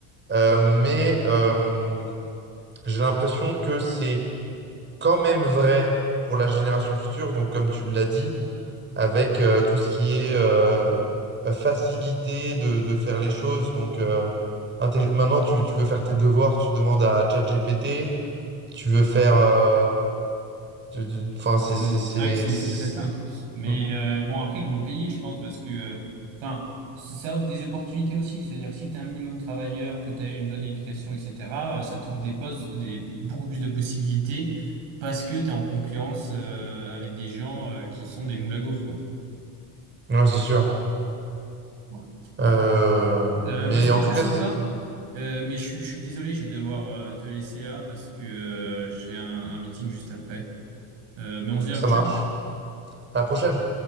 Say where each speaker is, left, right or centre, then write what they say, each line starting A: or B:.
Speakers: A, on the right; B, on the right.
A: Euh, mais euh, j'ai l'impression que c'est quand même vrai pour la génération future, donc comme tu me l'as dit avec euh, tout ce qui est euh, facilité de, de faire les choses. Donc euh, intelli- maintenant, tu, tu veux faire tes devoirs, tu demandes à ChatGPT, tu veux faire... euh, tu- tu- Enfin, c'est...
B: Ouais,
A: c'est- c'est-
B: c'est vrai que c'est
A: c'est-
B: c'est très simple. Mais
A: Hmm.
B: euh, bon, après, ils vont le payer, je pense, parce que euh, enfin, c- ça offre des opportunités aussi. C'est-à-dire que si tu es un minimum travailleur, que tu as eu une bonne éducation, etc., euh, ça t'ouvre des postes, des, beaucoup plus de possibilités parce que tu es en concurrence euh, avec des gens euh, qui sont des moules à gaufres, quoi.
A: Ouais, c'est sûr.
B: Voilà.
A: Euh,
B: Euh,
A: mais
B: bah, c'était
A: en
B: très
A: tout cas,
B: sympa,
A: c-
B: Euh, mais je, suis- je suis désolé, je vais devoir euh, te laisser là parce que euh, j'ai un, un meeting juste après. Euh, mais on se dit
A: ça
B: à la prochaine.
A: marche. À la prochaine.